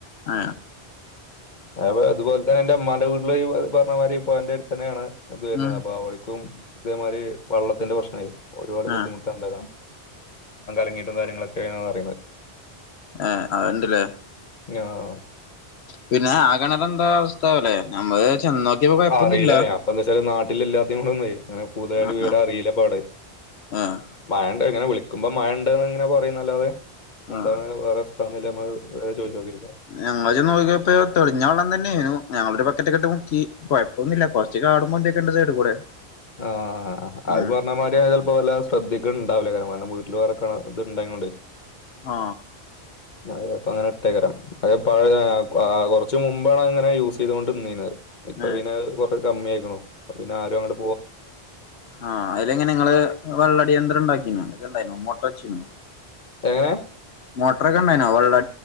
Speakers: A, on the left (about 75°); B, on the left (about 45°).
A: ആ
B: അപ്പൊ അതുപോലെ തന്നെ എന്റെ ഉമാന്റെ വീട്ടില് പറഞ്ഞ മാതിരി ഇപ്പൊ എന്റെ അടുത്ത് തന്നെയാണ് അതന്നെ
A: ഉം
B: അപ്പ അവളിക്കും ഇതേമാതിരി വെള്ളത്തിന്റെ പ്രശ്നായി ഒരുപാട് ബുദ്ധിമുട്ട
A: ആഹ് ആഹ്
B: ഉണ്ടതാ തുടങ്ങിട്ടുള്ള കാര്യങ്ങളൊക്കെ <unintelligible> അറിയുന്നത്
A: ഏ അണ്ടല്ലേ
B: ഞാ-
A: പിന്നെ അകണറിലെന്താ അവസ്ഥല്ലേ നമ്മള് ചെന്നോക്കിയപ്പോ കൊഴപ്പൊന്നുല്ല
B: അറിയില്ല അപ്പം എന്താ വെച്ചാല് നാട്ടിൽ എല്ലാത്തിയും <unintelligible> ഒന്ന അങ്ങനെ കൂടുതലായിട്ടും
A: ആഹ്
B: വിവരം
A: ആഹ്
B: അറിയില്ല <unintelligible>
A: ആഹ്
B: മഴണ്ട് എങ്ങനെ വിളിക്കുമ്പോ മഴണ്ടന്ന് ഇങ്ങനെ പറയുന്നല്ലാതെ എന്താണ്
A: ആഹ്
B: വേറെ <unintelligible> നമ്മള് ചോദിച്ചു നോക്കിനില്ല
A: ഞങ്ങള് നോക്കിയപ്പോ തെളിഞ്ഞ വെള്ളം തന്നെയായിനു ഞങ്ങളൊരു ബക്കറ്റ് ഒക്കെട്ട് മുക്കി കുഴപ്പൊന്നുല്ല കുറച്ച് കാടുമ്പോന്തൊ <unintelligible> കൂടെ
B: ആഹ് അത്
A: ഉം
B: പറഞ്ഞ മാതിരി ചപ്പോ വല്ല ശ്രദ്ധിക്കണ്ടാവില്ലേ കാരണം വീട്ടില്ല് വേറെ കേണർ ഇത്ണ്ടായങ്ങോണ്ട്
A: ആ
B: അതെ അപ്പം അങ്ങനെ ഇട്ടേകരം അതെ <unintelligible> കുറച്ച് മുമ്പാണ് അങ്ങനെ യൂസ് ചെയ്തുകൊണ്ട് <unintelligible> ഇപ്പൊ
A: ഏഹ്
B: പിന്നെ കൊറ കമ്മി ആയിക്കണോ പിന്നെ ആരും അങ്ങോട്
A: ആ അലങ്ങനെ നിങ്ങള് വെള്ളടിയന്ത്രം ഉണ്ടാക്കിന്നാ ഇതിണ്ടായിന്നു മോട്ടവാച്ചീനോ
B: എങ്ങനാ
A: മോട്ടർ കനെനോ വള്ള